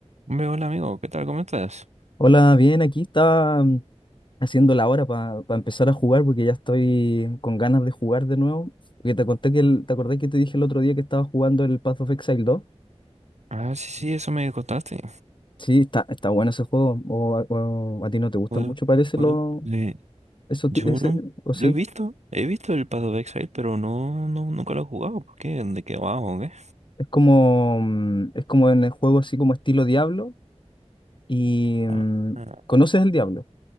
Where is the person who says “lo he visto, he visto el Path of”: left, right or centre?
Right